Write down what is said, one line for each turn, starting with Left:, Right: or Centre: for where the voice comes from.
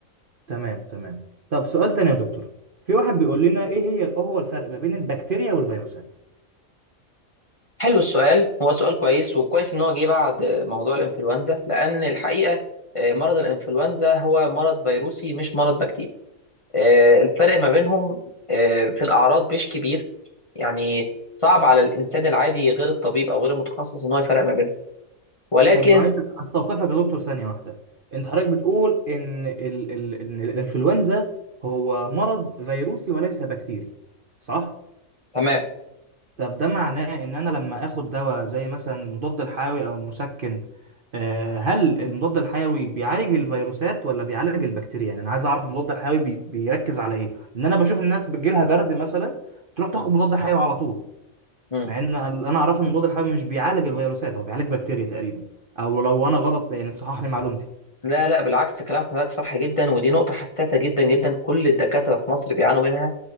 Right: تمام تمام طب سؤال تاني يا دكتور في واحد بيقول لنا ايه هي ايه هو الفرق ما بين البكتيريا والفيروسات
Left: حلو السؤال هو سؤال كويس وكويس ان هو جه بعد موضوع الانفلونزا لان الحقيقه آه، مرض الانفلونزا هو مرض فيروسي مش مرض بكتيري آه، الفرق ما بينهم آه، في الأعراض مش كبير يعني صعب على الإنسان العادي غير الطبيب أو غير المتخصص إن هو يفرق ما بينهم ولكن
Right: طب معلش استوقفك يا دكتور ثانيه واحده انت حضرتك بتقول ان ال ال إن الانفلونزا هو مرض فيروسي وليس بكتيري صح
Left: تمام
Right: طب ده معناه ان انا لما اخد دواء زي مثلا مضاد الحيوي او مسكن آه، هل المضاد الحيوي بيعالج الفيروسات ولا بيعالج البكتيريا يعني انا عايز اعرف المضاد الحيوي بي- بيركز على ايه ان انا بشوف الناس بتجيلها برد مثلا تروح تاخد مضاد حيوي على طول
Left: مم.
Right: مع ان اللي انا اعرفه ان المضاد الحيوي مش بيعالج الفيروسات هو بيعالج بكتيريا تقريبا او لو انا غلط يعني صحح لي معلومتي
Left: لا لا بالعكس كلام حضرتك صح جدا ودي نقطة حساسة جدا جدا كل الدكاترة في مصر بيعانوا منها